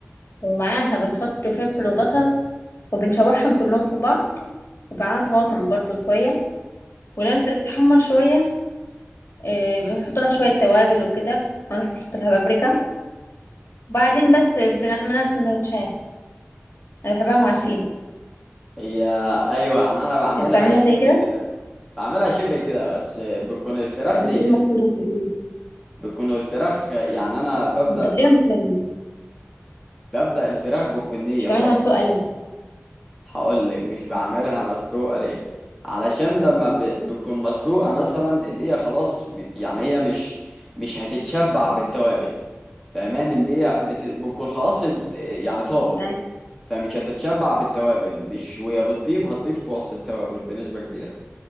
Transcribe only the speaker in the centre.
هي ايوه يعني انا بعملها
شبه
كده بعملها شبه كده بس بتكون الفراخ
نيه
بتكون الفراخ يعني انا ببدا
ب...
ببدا الفراخ بتكون نيه
خالص
هقول لك مش بعملها مسلوقه ليه علشان لما ب... بتكون مسلوقه مثلا اللي هي خلاص م- يعني هي مش مش هتتشبع بالتوابل فاهمان ان هي بت... بتكون خلاص الت- يعني طابت
فمش هتتشبع بالتوابل مش وهي بتطيب هتطيب في وسط التوابل بنسبه كبيره